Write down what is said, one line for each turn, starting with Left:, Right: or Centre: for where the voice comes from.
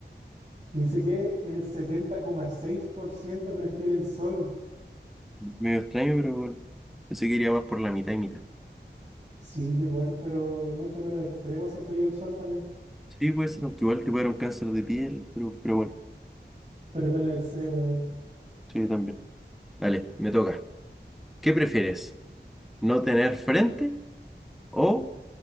Right: Y dice que el setenta coma seis por ciento prefiere el sol.
Centre: Medio extraño, pero bueno. Pensé que iría más por la mitad y mitad.
Right: Sí, yo igual, pero es mucho menos extremo, siento yo el sol también.
Centre: Sí, puede ser, aunque igual te puede dar un cáncer de piel, pero, pero bueno,
Right: Pero es menos extremo igual.
Centre: sí, también. Vale, me toca. ¿Qué prefieres? ¿No tener frente o